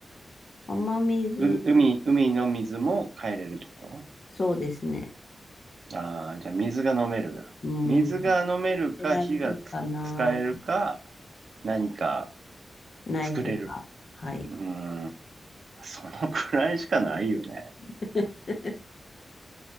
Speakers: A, on the left (about 45°); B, on the right (about 65°).
A: ん雨水
B: う、海、海の水も変えれるってこと
A: そうですね。
B: ああ、じゃあ水が飲める。
A: うん。
B: 水が飲めるか、
A: 大事かな。
B: 火がつ使えるか、何か
A: ナイフが。
B: 作れる。
A: はい。
B: うーん、そのくらいしかないよね。
A: <laughs>